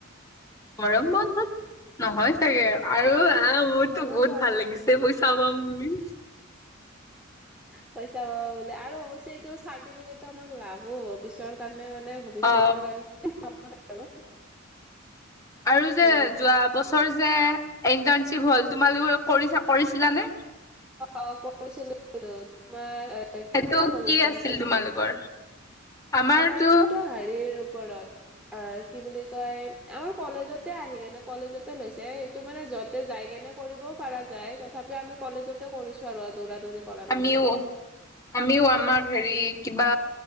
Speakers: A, on the left; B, in the centre.
A: গৰম বন্ধত নহয় চাগে আৰু আহ মোৰতো
B: হ'ব
A: বহুত
B: পাৰে
A: ভাল লাগিছে। চে পইচা পাম বুলি।
B: পইচা পাব বোলে আৰু অৱশ্যে এইটো চাৰ্টিফিকেটটো আমাক লাভো হ'ব, পিছৰ কাৰণে মানে ভৱিষ্যতৰ
A: অ
B: কাৰণে <unintelligible>
A: আৰু যে
B: বাবে
A: যোৱা বছৰ যে ইণ্টাৰ্ণশ্বিপ হ'ল তোমালোকে কৰিছা কৰিছিলা নে
B: অ' কৰিছিলো, তোমাৰ
A: সেইটো
B: কেনেকুৱা গ'ল
A: কি
B: ইণ্টাৰ্ণশ্বিপটো?
A: আছিল তোমালোকৰ? আমাৰতো
B: আমাৰটোত' হেৰিৰ ওপৰত এঁ কি বুলি কয়, আমাৰ কলেজতে আহি কেনে কলেজতে লৈছে এ তো মানে যতে যাই কেনে কৰিবও পৰা যায়, তথাপি আমি কলেজতে কৰিছো আৰু দৌৰা দৌৰি কৰা নাই
A: আমিও
B: বেলেগত
A: আমিও আমাৰ হেৰি কিবা